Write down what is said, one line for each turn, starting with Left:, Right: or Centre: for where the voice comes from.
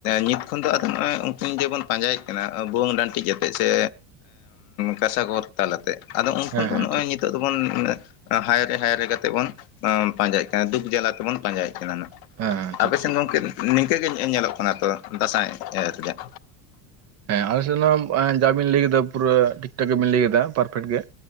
Left: ᱱᱤᱛ ᱠᱷᱚᱱ ᱫᱚ ᱟᱫᱚ ᱱᱚᱜᱼᱚᱭ ᱩᱱᱠᱤᱱ ᱡᱮᱢᱚᱱ ᱯᱟᱸᱡᱟᱭᱮᱫ ᱠᱤᱱᱟ ᱵᱷᱩᱣᱟᱹᱝ ᱰᱟᱱᱴᱤ ᱟᱛᱮᱫ ᱥᱮ ᱠᱟᱥᱟ ᱠᱚᱨ ᱛᱟᱞᱟᱛᱮ ᱟᱫᱚ ᱩᱱᱠᱷᱚᱱ
Right: ᱦᱮᱸ
Left: ᱫᱚ
Right: ᱦᱮᱸ
Left: ᱱᱚᱜᱭ
Right: ᱴᱷᱤᱠ
Left: ᱱᱤᱛ ᱱᱤᱛᱚᱜ ᱫᱚᱵᱚᱱ ᱦᱟᱭᱨᱮ ᱦᱟᱭᱨᱮ ᱠᱟᱛᱮᱜ ᱵᱚᱱ ᱯᱟᱸᱡᱟᱭᱮᱫ ᱠᱟᱱᱟ ᱫᱩᱠ ᱡᱟᱞᱟ ᱛᱮᱵᱚᱱ ᱯᱟᱸᱡᱟᱭᱮᱫ ᱠᱟᱱᱟ ᱱᱟ
Right: ᱦᱮᱸ ᱦᱮᱸ
Left: ᱟᱯᱮᱥᱮᱱ
Right: ᱴᱷᱤᱠ ᱴᱷᱤᱠ
Left: ᱜᱚᱝᱠᱮ ᱱᱤᱝᱠᱟᱹ ᱜᱮ ᱧᱮᱞᱚᱜ ᱠᱟᱱᱟ ᱛᱚ ᱫᱟᱸᱥᱟᱭ ᱮᱱᱮᱡ ᱨᱮᱭᱟᱜ
Right: ᱦᱮᱸ ᱟᱞᱮ ᱥᱮᱫ ᱡᱟᱵᱤᱱ ᱞᱟᱹᱭ ᱠᱮᱫᱟ ᱯᱩᱨᱟᱹ ᱴᱷᱤᱠ ᱴᱷᱟᱠ ᱜᱮᱵᱤᱱ ᱞᱟᱹᱭ ᱠᱮᱫᱟ ᱯᱟᱨᱯᱷᱮᱠᱴ ᱜᱮ